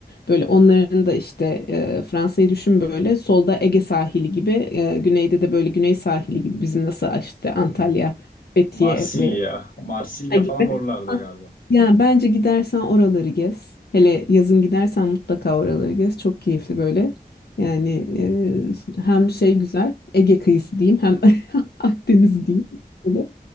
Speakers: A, on the left; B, on the left.
A: Böyle onların da işte e, Fransa'yı düşün böyle solda Ege sahili gibi, e, güneyde de böyle güney sahili gibi bizim nasıl işte Antalya,
B: Hmm.
A: Fethiye
B: Marsilya.
A: ve
B: Marsilya
A: Ha gibi.
B: falan oralarda
A: Ha.
B: galiba.
A: Yani bence gidersen oraları gez. Hele yazın gidersen mutlaka oraları gez. Çok keyifli böyle. Yani e, hem şey güzel Ege kıyısı diyeyim hem <laughs> Akdeniz diyeyim. Böyle.